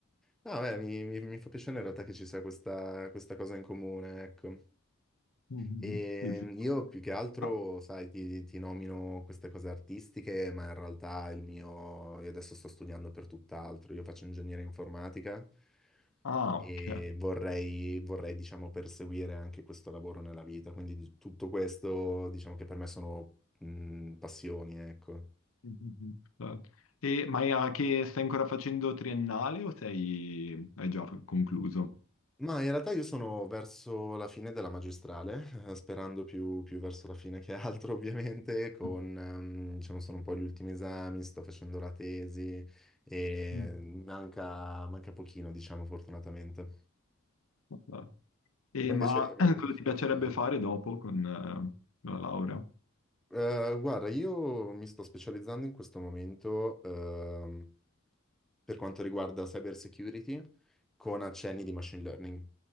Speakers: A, in the centre; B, on the left.
A: no, beh, mi, mi- mi fa piacere in realtà che ci sia questa, questa cosa in comune, ecco.
B: Mhm.
A: E
B: Sì, sì.
A: io più che altro,
B: Ah,
A: sai, ti, ti nomino queste cose artistiche, ma in realtà il mio, io adesso sto studiando per tutt'altro, io faccio ingegneria informatica
B: ah,
A: e
B: ok.
A: vorrei, vorrei, diciamo, perseguire anche questo lavoro nella vita, quindi di- tutto questo, diciamo che per me sono, mh, passioni, ecco.
B: Mhm. Eh, E, ma è a che stai ancora facendo triennale o sei, hai già concluso?
A: Ma in realtà io sono verso la fine della magistrale, eh, sperando più, più verso la fine che altro, <laughs> ovviamente, con,
B: <laughs>
A: ehm, diciamo, sono un po' gli ultimi esami, sto facendo la tesi e
B: Mm.
A: manca, manca pochino, diciamo, fortunatamente.
B: Eh, E,
A: Tu invece
B: ma
A: mi
B: <clears throat>
A: mi
B: cosa
A: dicevi
B: ti piacerebbe
A: che
B: fare dopo con eh, la laurea?
A: Eh, guarda, io mi sto specializzando in questo momento ehm, per quanto riguarda cyber security con accenni di machine learning,